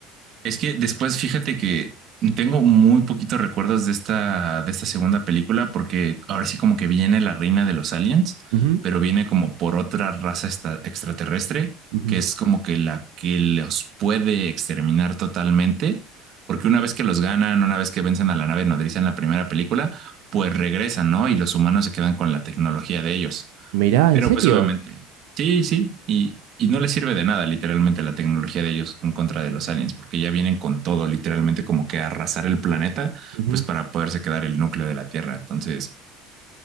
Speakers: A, on the right; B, on the right.
A: Es que después fíjate que tengo muy poquitos recuerdos de esta, de esta segunda película porque ahora sí como que viene la reina de los aliens,
B: Ujú,
A: pero viene como por otra raza esta- extraterrestre,
B: ujú,
A: que es como que la que los puede exterminar totalmente, porque una vez que los ganan, una vez que vencen a la nave nodriza en la primera película, pues regresan, ¿no? Y los humanos se quedan con la tecnología de ellos.
B: Mirá,
A: Pero
B: ¿en serio?
A: pues obviamente, sí, sí, y, y no les sirve de nada literalmente la tecnología de ellos en contra de los aliens, porque ya vienen con todo literalmente como que a arrasar el planeta,
B: ujú.
A: pues para poderse quedar el núcleo de la Tierra. Entonces,